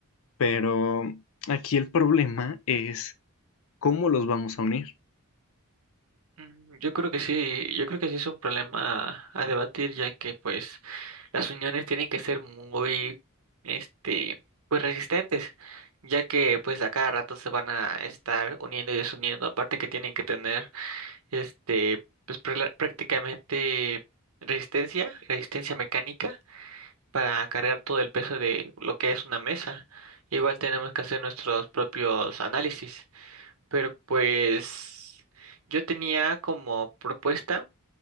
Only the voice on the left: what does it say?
Pero aquí el problema es cómo los vamos a unir.